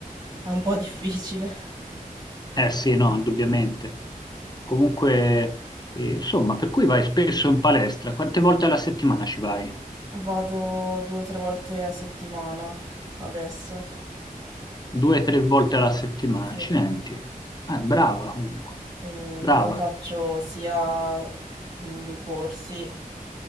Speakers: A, on the right; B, on the left.
A: è un po' <laughs> difficile.
B: Eh sì, no, indubbiamente. Comunque, eh, insomma, per cui vai spesso in palestra, quante volte alla settimana ci vai?
A: Vado due o tre volte a settimana adesso,
B: Due, tre volte alla settimana,
A: sì,
B: accidenti. Eh, brava comunque,
A: Eh,
B: brava,
A: però faccio sia mm, dei corsi